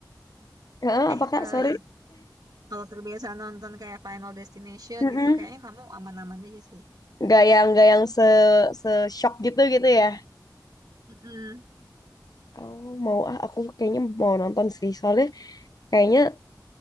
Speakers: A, on the left (about 60°); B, on the right (about 60°).
A: Heeh,
B: eh,
A: apa Kak?
B: eh,
A: Sorry.
B: ya, kalau terbiasa nonton kayak Final Destination
A: <laughs> Mm-mm.
B: gitu, kayaknya kamu aman-aman aja sih.
A: Nggak yang nggak yang se se shock gitu gitu ya.
B: Mm-mm.
A: Oh, mau ah aku kayaknya mau nonton sih. Soalnya kayaknya